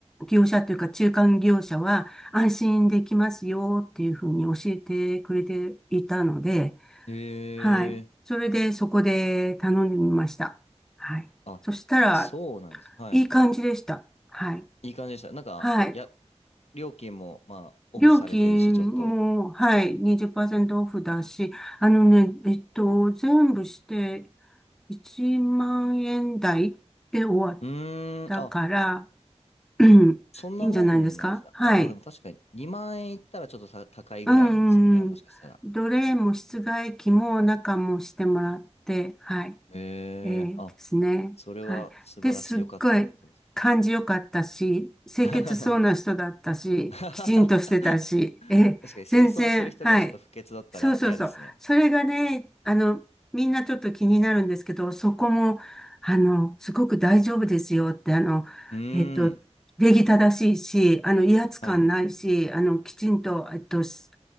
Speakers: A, in the centre; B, on the left.
A: 業者というか中間業者は安心できますよっていうふうに教えてくれていたので、
B: へえ。
A: はい。それで、そこで頼んでみました。はい。
B: あ、
A: そしたら、
B: そうなんですね。はい。
A: いい感じでした。はい。
B: いい感じでした。なんか、
A: はい。
B: や、料金も、まあ、オフされてるし、
A: 料金も、
B: ちょっと。
A: はい、20%オフだし、あのね、えっと、全部して、1万円台で終わっ
B: うーん、
A: たから、
B: あ、
A: <clears throat> うんいいんじゃないですかはい。
B: そんなもんなんですね。あ、まあでも確かに2万円いったらちょっとた高いぐらいなんですかね。
A: うんうんうん。
B: もしかしたら。
A: 奴隷も室外機も中もしてもらって、はい。
B: へえ。
A: えーですね。
B: あ、それは素晴らしい。
A: はい。で、すっごい感じよかったし、
B: 良かったことです。
A: 清潔そうな人だったし、
B: <laughs> <laughs> 確か
A: きちんとしてたし、えー全然、
B: に清掃する人がちょっと不潔だったら嫌ですね。
A: はい。そうそうそう。それがね、あの、みんなちょっと気になるんですけど、そこも、あの、すごく大丈夫ですよって、あの、
B: うーん。
A: えっと、礼儀正しいし、あの、威圧感ないし、
B: はい。う
A: あの、きちんと、えっと、す